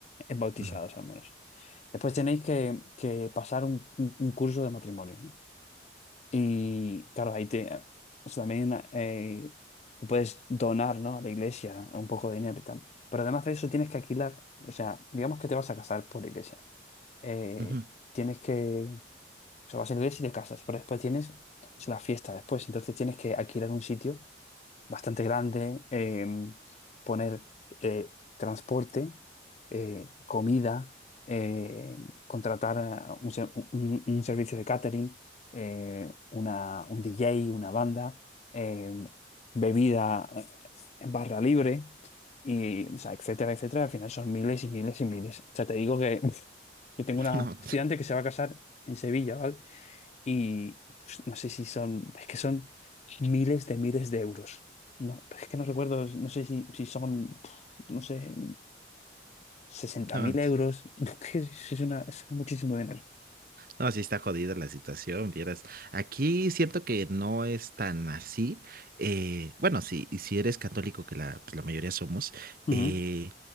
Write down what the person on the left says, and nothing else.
eh, bautizados
al menos. Después tenéis que, que pasar un, un- un curso de matrimonio. Y claro, ahí te, ah, o sea, también eh, te puedes donar, ¿no? a la iglesia un poco de dinero y tal. Pero además de eso tienes que alquilar, o sea, digamos que te vas a casar por la iglesia. Eh,
tienes que, o sea, vas a la iglesia y te casas, pero después tienes la fiesta después. Entonces tienes que alquilar un sitio bastante grande, eh, poner eh, transporte, eh, comida, eh, contratar a un, se- un- un servicio de catering, eh, una, un DJ, una banda, eh, bebida eh, en barra libre, y, o sea, etcétera, etcétera. Al final son miles y miles y miles. O sea, te digo que <laughs> yo tengo
una
estudiante que se va a casar en Sevilla, ¿vale? y pues, no sé si son, es que son miles de miles de euros. No, pero es que no recuerdo, no sé si, si son, pf, no sé, sesenta
mil
euros. <laughs> Es que es es una, es muchísimo dinero.
Ujú.